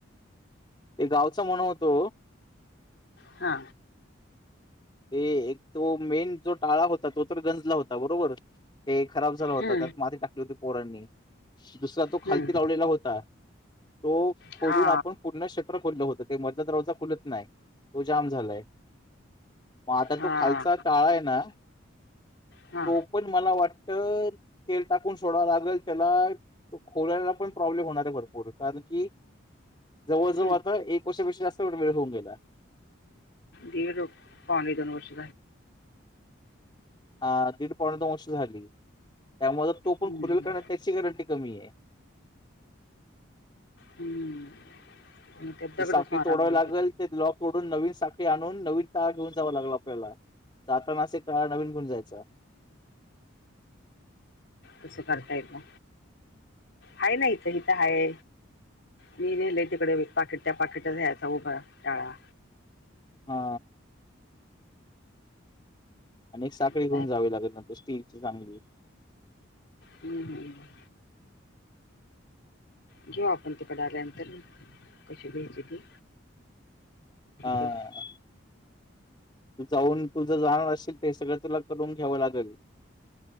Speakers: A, on the left; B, on the left.
A: ते गावचा म्हण होतो
B: हा
A: ते एक तो मेन जो टाळा होता तो गंजला होता बरोबर ते खराब झाला होता
B: हम्म
A: त्यात माती टाकली होती पोरांनी दुसरा तो खालती
B: हम्म
A: लावलेला होता तो खोलून
B: हा
A: आपण पूर्ण शटर खोललं होत का मधला तर रवजा खुलत नाही तो जाम झालाय मग आता
B: हा
A: तो खालचा काळा आहे ना
B: हा
A: तो पण मला वाटत तेल टाकून सोडावं लागेल त्याला तो खोलाला पण प्रॉब्लेम होणार आहे भरपूर कारण की जवळजवळ
B: हम्म
A: आता एक वर्षापेक्षा जास्त वेळ होऊन गेला
B: दीड पाणे दोन वर्ष
A: अ दीड पाणे दोन वश झाली त्यामुळे तो पण
B: हम्म
A: खुलेल कारण त्याची गॅरंटी कमी आहे
B: हम्म म त्याच्याकडेच
A: ती साखळी
B: मारालं
A: तोडावी लागेल
B: हो
A: ते लॉक डून नवीन साखळी आणून नवीन ता घेऊन जाव लागला आपल्याला जाता मासिक काळा नवीन गुण जायचा
B: तसं करता येत ना ह ना इथं इथं हाय मी नेहिलेय तिकडे पाकीिट त्या पाकिटच या्यायचा उभ टाळा
A: हा आणि एक साखळी
B: काय
A: घेऊन जावी लागत नांतर स्टीलची चांगली
B: हम्म हम्म घेऊ आपण त पडे आल्यानंतर कशी भ्याजली
A: हा.
B: तर
A: तू जाऊन तुझ जाणार असशल ते सगळं तुला करून घ्यावं लागेल